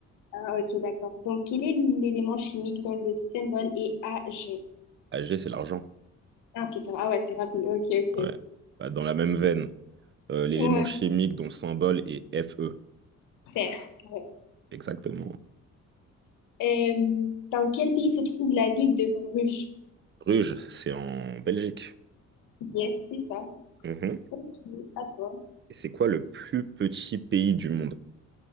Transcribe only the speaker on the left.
Ah, ok, d'accord. Donc, quel est l'élément chimique dont le symbole est Ag?
Ah, ok, ça va. Ah ouais, c'est rapide. Ok, ok, ok.
Ouais,
fer. Ouais.
Euh, dans quel pays se trouve la ville de Bruges?
Yes, c'est ça.
Ok, à toi.